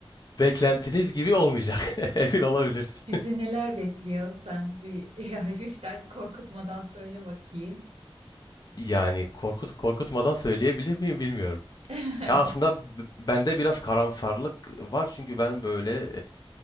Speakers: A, on the left; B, on the right.
A: beklentiniz gibi olmayacak. <laughs> Emin olabilirsin.
B: Bizi neler bekliyor? Sen bir <laughs> hafiften korkutmadan söyle bakayım.
A: Yani korkut korkutmadan söyleyebilir miyim bilmiyorum.
B: <laughs>
A: Ya aslında b- bende biraz karamsarlık var çünkü ben böyle